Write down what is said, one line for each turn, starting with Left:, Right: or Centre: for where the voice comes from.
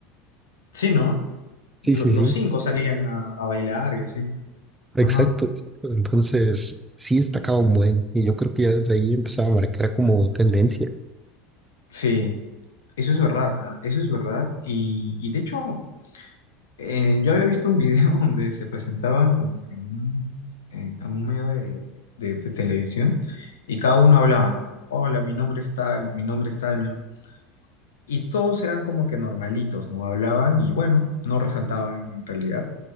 Left: Sí, ¿no?
Right: Sí,
Left: lo-
Right: sí,
Left: los
Right: sí.
Left: cinco salían a, a bailar y así.
Right: Exacto,
Left: Ajá.
Right: exacto. Entonces, sí destacaba un buen, y yo creo que ya desde ahí empezaba a marcar como tendencia.
Left: Sí, eso es verdad, ¿ah? Eso es verdad. Y, y de hecho, eh, yo había visto un video <laughs> donde se presentaban como que en un, en- a un medio de, de- de televisión y cada uno hablaba, ¿no? Hola, mi nombre es tal, mi nombre es tal. mi nom-". Y todos eran como que normalitos, ¿no? Hablaban y bueno, no resaltaban en realidad